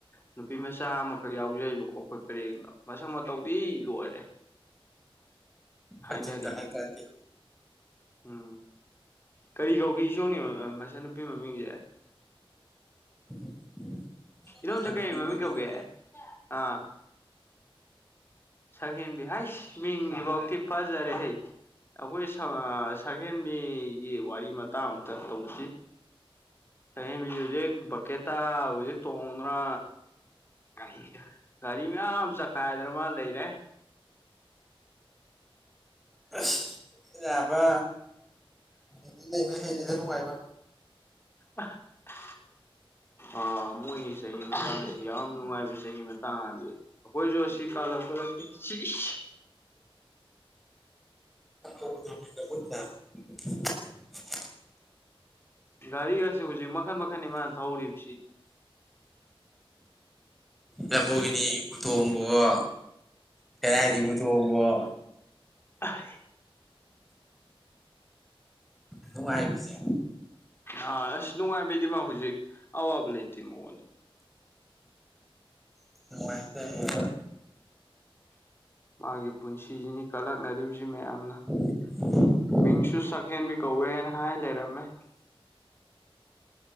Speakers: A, on the left; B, in the centre.
A: ꯅꯨꯄꯤ ꯃꯆꯥ ꯑꯃꯈꯛ ꯌꯥꯎꯖꯩꯕꯀꯣ ꯑꯈꯣꯏ ꯄꯔꯦꯡꯗ ꯃꯁꯛ ꯃꯇꯧꯗꯤ ꯂꯣꯏꯔꯦ
B: ꯐꯠꯖꯗ
A: ꯍꯥꯏꯅꯔꯤꯝꯅꯤ
B: ꯍꯥꯏ ꯀꯥꯟꯗꯦ
A: ꯎꯝ ꯀꯔꯤ ꯀꯧꯒꯤ ꯢꯁꯣꯝꯒꯤ ꯅꯆꯟ ꯅꯨꯄꯤ ꯃꯃꯤꯡꯖꯦ
B: <inaudible>
A: ꯏꯗꯣꯝꯆꯥ
B: ꯃꯆꯟꯅꯨꯄꯤ
A: ꯀꯩ ꯃꯃꯤꯡ
B: ꯃꯃꯤꯡꯗꯤ
A: ꯀꯧꯒꯦ ꯑꯥ ꯁꯛꯍꯦꯟꯕꯤ ꯍꯥꯏꯁ ꯃꯤꯡꯖꯤꯕꯥꯎꯇꯤ ꯐꯖꯔꯦꯍꯦ ꯑꯈꯣꯏ ꯁ ꯑꯥ ꯁꯛꯍꯦꯟꯕꯤꯒꯤ ꯋꯥꯔꯤ ꯃꯇꯥꯡ ꯑꯝꯇ ꯇꯧꯖꯤ ꯁꯛꯍꯦꯟꯕꯤꯖꯦ ꯍꯨꯖꯤꯛ ꯕꯀꯦꯠꯇꯥ ꯍꯨꯖꯤꯛ ꯇꯣꯡꯗꯅꯥ ꯒꯥꯔꯤꯒ ꯒꯥꯔꯤ ꯃꯌꯥꯝ ꯆꯈꯥꯏꯗꯅ ꯃꯥ ꯂꯩꯔꯦ
B: ꯑꯁ ꯅꯥꯕ ꯗꯤꯜꯂꯤ ꯂꯩꯕꯅ ꯍꯦꯜꯂꯤꯗ ꯅꯨꯡꯉꯥꯏꯕ
A: <unintelligible> ꯑꯥ ꯃꯣꯏꯒꯤ ꯆꯍꯤ ꯃꯇꯥꯡ ꯑꯁꯤ ꯌꯥꯝ ꯅꯨꯡꯉꯥꯏꯕ ꯆꯍꯤ ꯃꯇꯥꯡ ꯍꯥꯏꯕꯖꯦ ꯑꯈꯣꯏꯖꯨ ꯑꯁꯤ ꯀꯥꯜꯂꯛꯄ ꯅꯠꯇꯦ ꯁꯤꯢꯁ
B: <unintelligible>
A: ꯒꯥꯔꯤꯒꯁꯤ ꯍꯨꯖꯤꯛ ꯃꯈꯟ ꯃꯈꯟꯅꯤ ꯃꯥꯅ ꯊꯧꯔꯤꯕꯁꯤ
B: ꯂꯝꯕꯣꯔꯒꯤꯅꯤꯕꯨ ꯇꯣꯡꯕꯣꯋꯣ ꯐꯦꯔꯥꯔꯤ ꯕꯨ ꯇꯣꯡꯕꯋꯣ
A: ꯑ <unintelligible>
B: ꯅꯨꯡꯉꯥꯏꯕꯤꯁꯦ
A: ꯑꯥ ꯑꯁ ꯅꯨꯡꯉꯥꯏꯕꯤꯗꯤ ꯃꯥ ꯍꯧꯖꯤꯛ ꯑꯋꯥꯕ ꯂꯩꯇꯦ ꯃꯉꯣꯟꯗ
B: <unintelligible>
A: ꯃꯥꯒꯤ ꯄꯨꯟꯁꯤꯁꯤꯅꯤ ꯀꯜꯂꯛꯅꯔꯤꯕꯁꯤ ꯃꯌꯥꯝꯅ
B: <unintelligible>
A: ꯏꯁꯨ ꯁꯛꯍꯦꯟꯕꯤ ꯀꯧꯋꯦꯅ ꯍꯥꯏ ꯂꯩꯔꯝꯃꯦ